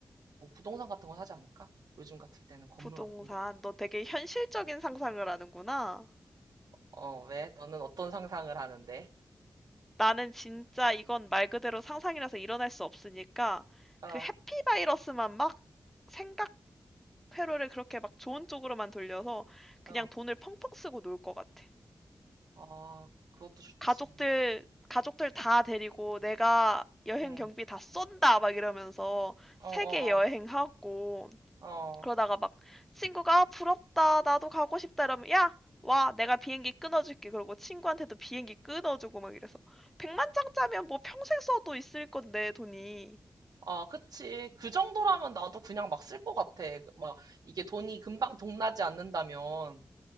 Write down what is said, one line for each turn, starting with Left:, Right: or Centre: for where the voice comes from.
Right: 뭐 부동산 같은 거 사지 않을까? 요즘 같을 때는 건물
Centre: 부동산.
Right: 같은 거?
Centre: 너 되게 현실적인 상상을 하는구나.
Right: 어, 왜? 너는 어떤 상상을 하는데?
Centre: 나는 진짜 이건 말 그대로 상상이라서 일어날 수 없으니까
Right: 아,
Centre: 그 해피바이러스만 막 생각 회로를 그렇게 막 좋은 쪽으로만 돌려서 그냥
Right: 어,
Centre: 돈을 펑펑 쓰고 놀 것 같아.
Right: 아, 그것도 좋지.
Centre: 가족들 가족들 다 데리고 내가 여행
Right: 응,
Centre: 경비 다 쏜다 막 이러면서
Right: 어,
Centre: 세계 여행하고
Right: 어, 어, 어.
Centre: 그러다가 막 친구가 아, 부럽다 나도 가고 싶다 이러면 야 와, 내가 비행기 끊어줄게. 그러고 친구한테도 비행기 끊어주고 막 이래서. 백만 장짜면 뭐 평생 써도 있을 건데, 돈이.
Right: 아, 그치. 그 정도라면 나도 그냥 막 쓸 것 같아. 그, 막 이게 돈이 금방 동나지 않는다면.